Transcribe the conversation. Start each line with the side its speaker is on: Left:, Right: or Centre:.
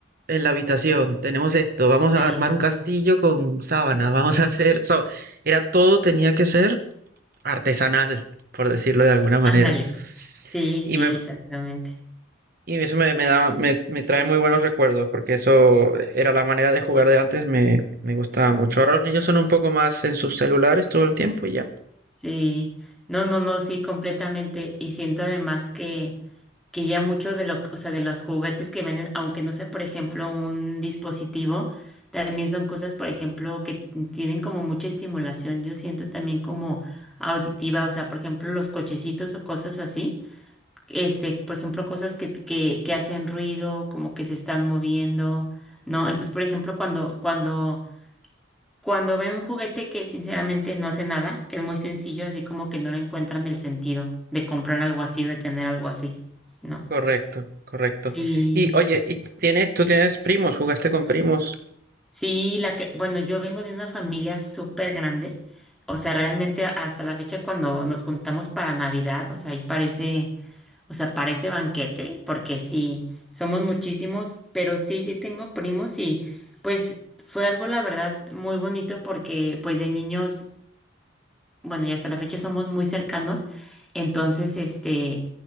Right: en la habitación? Tenemos esto, vamos
Centre: sí,
Right: a armar un castillo con sábanas, vamos a hacer, <laughs> so- era todo tenía que ser artesanal, por decirlo de alguna manera.
Centre: ándale. Sí,
Right: Y
Centre: sí,
Right: me,
Centre: exactamente.
Right: Y eso me, me da, me, me trae muy buenos recuerdos, porque eso era la manera de jugar de antes, me, me gustaba mucho. Ahora los niños son un poco más en sus celulares todo el tiempo y ya.
Centre: Sí, no, no, no, sí, completamente. Y siento además que que ya mucho de lo, o sea, de los juguetes que venden, aunque no sea, por ejemplo, un dispositivo, también son cosas, por ejemplo, que tienen como mucha estimulación. Yo siento también como auditiva, o sea, por ejemplo, los cochecitos o cosas así. Este, por ejemplo, cosas que, que, que hacen ruido, como que se están moviendo, ¿no? Entonces, por ejemplo, cuando, cuando, cuando ven un juguete que sinceramente no hace nada, que es muy sencillo, así como que no le encuentran el sentido de comprar algo así o de tener algo así, ¿no?
Right: Correcto, correcto.
Centre: Sí,
Right: Y oye, ¿y tienes, tú tienes primos? ¿Jugaste con primos?
Centre: sí, la que, bueno, yo vengo de una familia súper grande, o sea, realmente hasta la fecha cuando nos juntamos para Navidad, o sea, ahí parece, o sea, parece banquete, porque sí, somos muchísimos, pero sí, sí tengo primos y pues fue algo, la verdad, muy bonito porque pues de niños bueno, y hasta la fecha somos muy cercanos, entonces, este,